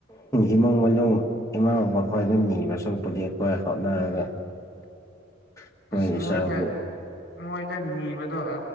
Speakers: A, on the left; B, on the left.
A: ꯏꯃꯨꯡ ꯃꯅꯨꯡ ꯏꯃꯥ ꯕꯕꯥ ꯈꯣꯏꯗ ꯅꯤꯕꯁꯨꯔꯧꯛꯕꯨꯗꯤ ꯑꯩꯈꯣꯏꯅ ꯍꯣꯠꯅꯔꯒ ꯑꯩꯈꯣꯏ
B: ꯑꯁ ꯃꯣꯏꯗ
A: ꯏꯁꯥꯒꯤ
B: ꯃꯣꯏꯗ ꯅꯤꯕꯗꯣ ꯑ